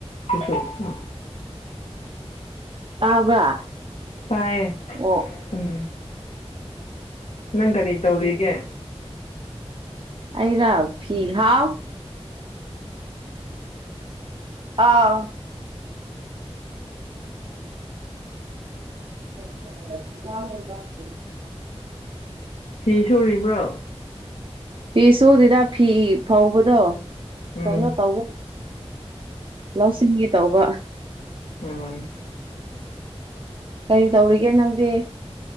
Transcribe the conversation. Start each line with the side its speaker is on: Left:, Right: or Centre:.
Left: <inaudible>
Right: ꯇꯥꯕ꯭ꯔꯥ
Left: ꯇꯥꯏꯌꯦ
Right: ꯑꯣ
Left: ꯎꯝ ꯅꯪ ꯀꯔꯤ ꯇꯧꯔꯤꯒꯦ
Right: ꯑꯩꯔꯣ ꯐꯤ
Left: ꯎꯝ
Right: ꯍꯥꯎ ꯑꯥ <inaudible>
Left: ꯐꯤ ꯁꯨꯔꯤꯕ꯭ꯔꯣ
Right: ꯐꯤ ꯁꯨꯗꯦꯗ ꯐꯤ ꯐꯕꯗꯣ
Left: ꯎꯝ
Right: ꯀꯩꯅꯣ ꯇꯧꯒ ꯂꯧꯁꯤꯡꯒꯦ ꯇꯧꯕ
Left: ꯎꯝ
Right: ꯀꯔꯤ ꯇꯧꯔꯤꯒꯦ ꯅꯪꯗꯤ